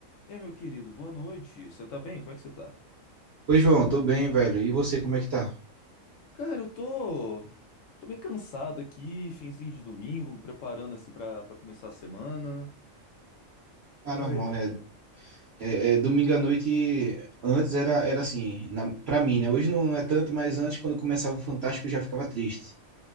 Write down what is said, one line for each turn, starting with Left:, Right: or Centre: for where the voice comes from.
Left: Ei, meu querido, boa noite. Você tá bem? Como é que você tá?
Right: Oi, João, tô bem, velho. E você, como é que tá?
Left: Cara, eu tô, tô meio cansado aqui, finzinho de domingo, me preparando assim pra, pra começar a semana.
Right: Ah,
Left: Ai,
Right: normal, né? É, é, domingo à noite, antes era, era assim, na, pra mim, né? Hoje não é tanto, mas antes, quando começava o Fantástico, eu já ficava triste.